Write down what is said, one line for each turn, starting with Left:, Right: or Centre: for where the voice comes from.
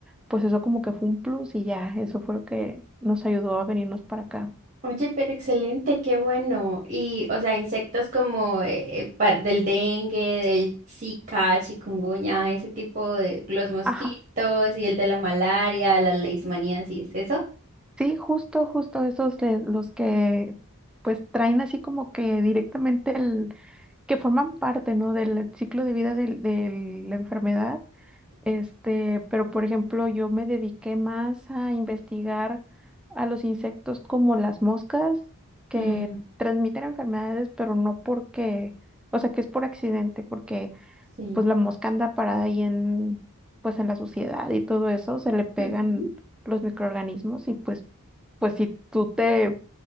Centre: pues eso como que fue un plus y ya, eso fue lo que nos ayudó a venirnos para acá.
Right: Oye, pero excelente, qué bueno. Y, o sea, insectos como eh, par- del dengue, del Zika, chikungunya, ese tipo de los mosquitos
Centre: Ajá,
Right: y el de la malaria, las leishmaniasis, ¿eso?
Centre: sí, justo, justo esos de los que pues traen así como que directamente el, que forman parte, ¿no? del ciclo de vida del- de la enfermedad Este, pero por ejemplo, yo me dediqué más a investigar a los insectos como las moscas que
Right: Ujú.
Centre: transmiten enfermedades, pero no porque, o sea, que es por accidente, porque
Right: Sí.
Centre: pues la mosca anda parada ahí en, pues en la suciedad y todo eso, se le pegan
Right: Ujú.
Centre: los microorganismos y pues, pues si tú te,